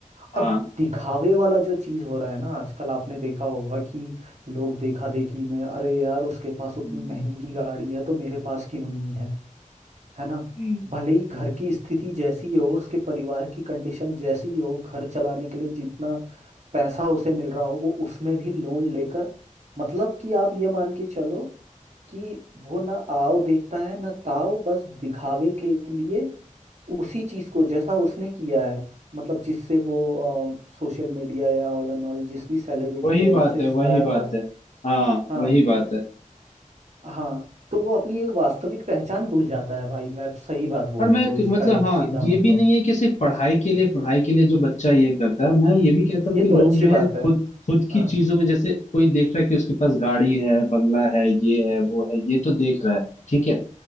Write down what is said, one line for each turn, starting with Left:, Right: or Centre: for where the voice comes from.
Left: हाँ
Right: अब दिखावे वाला जो चीज़ हो रहा है ना आजकल आपने देखा होगा कि लोग देखा देखी में अरे यार उसके पास उतनी
Left: हम्म,
Right: महंगी गाड़ी है तो मेरे पास क्यों नहीं है है ना
Left: हम्म,
Right: भले ही घर की स्थिति जैसी हो उसके परिवार की कंडीशन जैसी हो घर चलाने के लिए जितना पैसा उसे मिल रहा हो वो उसमें भी लोन लेकर मतलब कि आप ये मान के चलो कि वो ना आओ देखता है ना ताओ बस दिखावे के लिए उसी चीज को जैसा उसने किया है मतलब जिससे वो सोशल मीडिया या ऑल एंड ऑल जिस भी सेलिब्रिटी
Left: वही
Right: या इनसे
Left: बात है
Right: इंस्पायर
Left: वही बात
Right: हुआ है
Left: है हाँ
Right: हाँ
Left: वही बात है
Right: हाँ तो वो अपनी एक वास्तविक पहचान भूल जाता है भाई मैं सही बात बोलूँ
Left: और मैं
Right: तो इसका
Left: मतलब
Right: एक
Left: हाँ
Right: सीधा
Left: ये
Right: मतलब
Left: भी नहीं है कि सिर्फ पढ़ाई के लिए पढ़ाई के लिए जो बच्चा ये करता है मैं ये भी कहता हूँ
Right: ये
Left: कि लोग
Right: तो अच्छी
Left: जो है
Right: बात
Left: खुद
Right: है
Left: खुद की
Right: हाँ
Left: चीजों में जैसे कोई देख रहा है कि उसके पास गाड़ी है बंगला है ये है वो है ये तो देख रहा है ठीक है